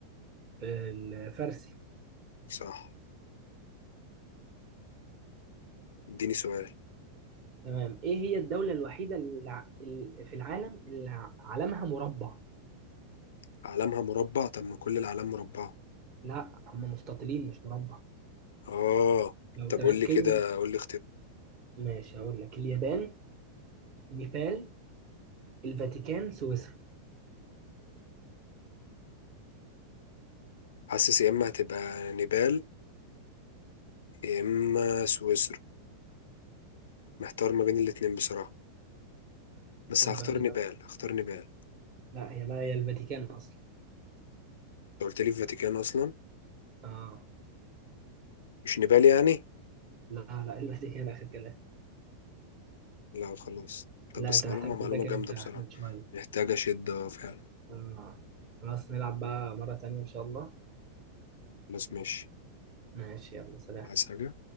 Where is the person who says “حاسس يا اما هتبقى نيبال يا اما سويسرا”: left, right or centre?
Left